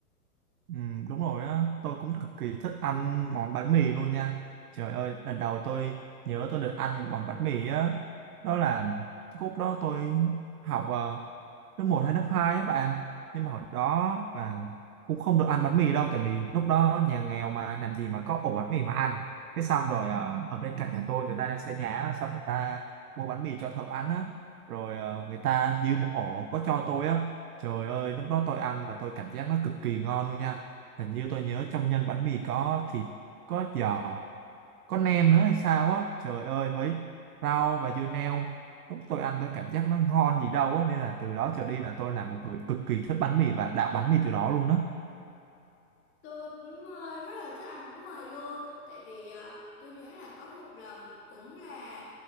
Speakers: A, on the right; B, on the left.
A: Ừ, đúng rồi á, tôi cũng cực kỳ thích ăn món bánh mì luôn nha. Trời ơi, lần đầu tôi nhớ tôi được ăn món bánh mì á, đó là lúc đó tôi học ờ, lớp một hay lớp 2 á bạn. Nhưng mà hồi đó là cũng không được ăn bánh mì đâu, tại vì lúc đó nhà nghèo mà làm gì mà có ổ bánh mì mà ăn. cái xong rồi ờ, ở bên cạnh nhà tôi người ta đang xây nhà, á, xong người ta mua bánh mì cho thợ ăn á, rồi ờ, người ta dư một ổ có cho tôi á. Trời ơi, lúc đó tôi ăn mà tôi cảm giác nó cực kỳ ngon luôn nha hình như tôi nhớ trong nhân bánh mì có thịt có giò có nem nữa hay sao á trời ơi với rau và dưa leo lúc tôi ăn tôi cảm giác nó ngon gì đâu á nên là từ đó trở đi là tôi là một người cực kỳ thích bánh mì và đạo bánh mì từ đó luôn á
B: Tôi cũng ờ, rất là thích ăn bánh mì luôn Tại vì ờ, tôi nhớ là có một lần cũng là